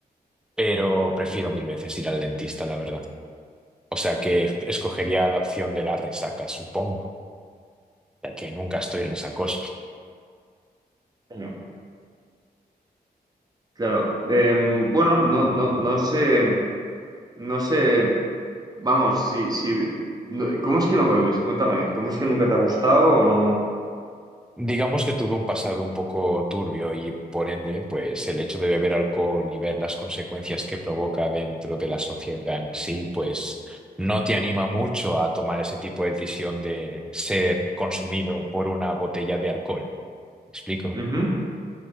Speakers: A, in the centre; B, on the right.
A: pero prefiero mil veces ir al dentista, la verdad. O sea que escogería la opción de la resaca, supongo. ya que nunca estoy resacoso.
B: Claro. Claro. Em, bueno, no, no, no sé, no sé. Vamos, sí, sí. no- ¿cómo es que no bebes? Cuéntame, ¿cómo es que nunca te ha gustado o no?
A: Digamos que tuve un pasado un poco turbio y por ende, pues el hecho de beber alcohol y ver las consecuencias que provoca dentro de la sociedad en sí, pues no te anima mucho a tomar ese tipo de decisión de ser consumido por una botella de alcohol. ¿Me explico?
B: Ujú,